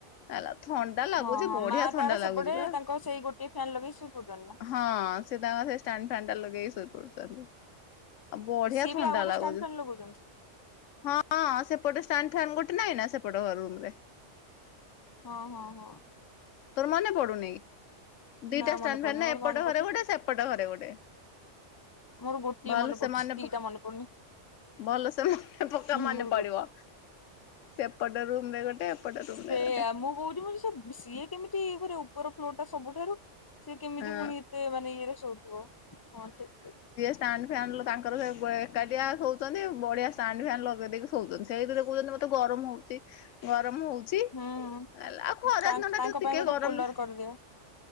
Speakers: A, on the left; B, on the left.
A: ହେଲା ଥଣ୍ଡା ଲାଗୁଛି
B: ହଁ ହଁ
A: ବଢିଆ
B: ମା
A: ଥଣ୍ଡା
B: ତାର ସେପଟେ
A: ଲାଗୁଛି ବା।
B: ତାଙ୍କ ସେଇ ଗୋଟିଏ ଫ୍ୟାନ ଲଗେଇ ଶୋଇ ପଡୁଛନ୍ତି ନା।
A: ହଁ ସେ ତାଙ୍କ ସେ ଷ୍ଟ୍ୟଣ୍ଡଫ୍ୟାନ ଲଗେଇକି ଶୋଇ ପଡୁଛନ୍ତି। ଆଉ ବଢିଆ
B: ସିଏ
A: ଥଣ୍ଡା
B: ବି ଆଉ ଗୋଟେ
A: ଲାଗଛି।
B: ଷ୍ଟାଣ୍ଡ ଫ୍ୟାନ ଲଗଉଛନ୍ତି
A: ହଁ ସେପଟେ ଷ୍ଟ୍ୟାଣ୍ଡଫ୍ୟାନ ଗୋଟେ ନାଇଁ ନା ସେପଟ ରୁମ ରେ।
B: ହଁ ହଁ ହଁ।
A: ତୋର ମନେ ପଡୁନି ଦିଟା
B: ନା
A: ଷ୍ଟ୍ୟାଣ୍ଡଫ୍ୟାନ
B: ମନେ ପଡୁନି
A: ନାହି
B: ମୋର
A: ଏପଟ
B: ମନେ ପଡୁଛି
A: ଘରେ ଗୋଟେ ସେ ଏପଟ ଘରେ ଗୋଟେ।
B: ମୋର ଗୋଟିଏ
A: ଭଲ
B: ମନେ
A: ସେ
B: ପଡଛି
A: ପ
B: ଦିଟା ମେ ପଡୁନି।
A: ଭଲ ସେ ମନେ ପକା
B: ହୁଁ
A: ମନେ
B: ହୁଁ ମୋର
A: ପଡିବ
B: ଗୋ
A: ସେପଟ ରୁମରେ ଗୋଟେ ଏପଟ ରୁମ୍
B: ସେଇଆ
A: ରେ ଗୋଟେ
B: ମୁଁ କହୁଚି ମତେ ସେ ସିଏ କେମିତି ଏ କରିବ ଉପର ଫ୍ଲୋରଟା ସବୁଠାରୁ। ସେ କେମିତି
A: ହଁ।
B: ପୁଣି ଏତେ ମାନେ ଇଏରେ ଶୋଉଥିବ ହଁ ଠିକ ଠିକ।
A: ଷ୍ଟାଣ୍ଡଫ୍ୟାନ ଲୋ ତାଙ୍କର ସେ ଏକାଟିଆ ସୋଉଚନ୍ତି ବଢିଆ ଷ୍ଟାଣ୍ଡ ଫ୍ୟାନ୍ ଲଗେଇ ଦେଇକି ସୋଉଛନ୍ତି। ସେଇଥିରେ କହୁଛନ୍ତି ମତେ ଗରମ ହଉଛି ଗରମ ହଉଛି।
B: ହୁଁ।
A: ହେଲା ଆଉ ଖରା
B: ତାଙ୍କ
A: ଦିନ ଟା
B: ତାଙ୍କ
A: ଟ ଟିକେ
B: ପାଇଁ ଗୋଟେ
A: ଗରମ
B: କୁଲର କରିଦିଅ